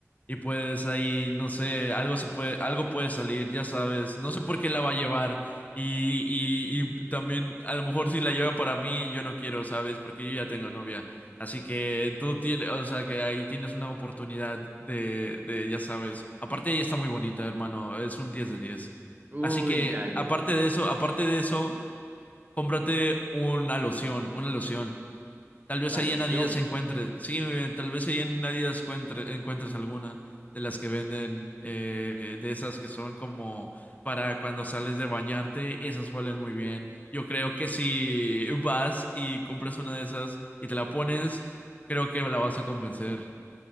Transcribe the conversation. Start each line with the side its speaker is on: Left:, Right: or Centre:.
Left: y pues ahí, no sé, algo se puede, algo puede salir, ya sabes. No sé por qué la va a llevar. Y, y, y también, a lo mejor si la lleva para mí, yo no quiero, ¿sabes? Porque yo ya tengo novia. Así que tú tienes, o sea, que ahí tienes una oportunidad de, de, ya sabes. Aparte, ella está muy bonita, hermano. Es un 10 de diez
Right: Uy,
Left: Así que,
Right: dale.
Left: aparte de eso, aparte de eso, cómprate una loción, una loción. Tal vez
Right: La
Left: ahí
Right: loción.
Left: en Adidas encuentres, sí, muy bien, tal vez ahí en Adidas encuentre- encuentres alguna de las que venden, eh, eh, de esas que son como para cuando sales de bañarte, esas huelen muy bien. Yo creo que si vas y compras una de esas y te la pones, creo que la vas a convencer.